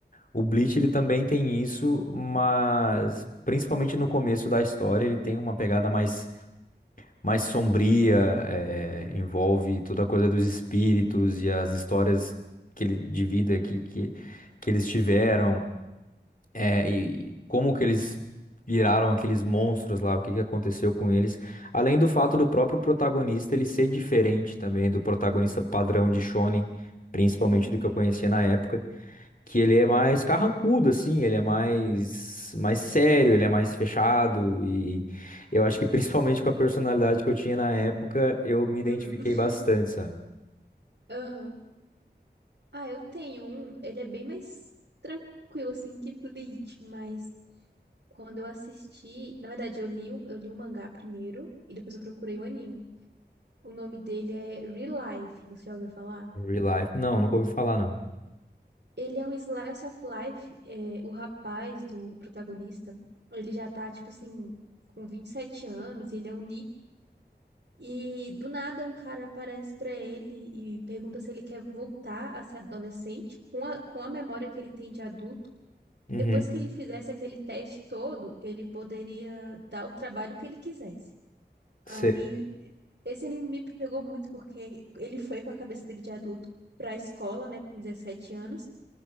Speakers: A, on the left; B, on the right.
A: O Bleach, ele também tem isso, mas principalmente no começo da história, ele tem uma pegada mais mais sombria, eh, envolve toda a coisa dos espíritos e as histórias que ele, de vida que, que, que eles tiveram, eh, e como que eles viraram aqueles monstros lá, o que que aconteceu com eles, além do fato do próprio protagonista ele ser diferente também do protagonista padrão de Shonen, principalmente
B: uhum,
A: do que eu conhecia na época que ele é mais carrancudo, assim, ele é mais, mais sério, ele é mais fechado, e eu acho que principalmente com a personalidade que eu tinha na época, eu me identifiquei
B: uhum. <laughs>
A: bastante, sabe?
B: aham. Ah, eu tenho um, ele é bem mais tranquilo, assim, que Bleach, mas quando eu assisti, na verdade, eu li, o- eu li o mangá primeiro e depois eu procurei o anime. O nome dele é Real Life, você já ouviu falar?
A: Em Real life. Não, nunca ouvi falar, não.
B: Ele é um slice of life, é, o rapaz do protagonista, ele já tá, tipo assim, com 27 anos, e ele é um E do nada um cara aparece pra ele e pergunta se ele quer voltar a ser adolescente com a, com a memória que ele tem de adulto.
A: Uhum,
B: Depois que ele fizesse aquele teste todo, ele poderia dar o trabalho que ele quisesse. Aí
A: sei.
B: esse anime me pegou muito porque ele foi com a cabeça dele de adulto pra escola, né, com 17 anos.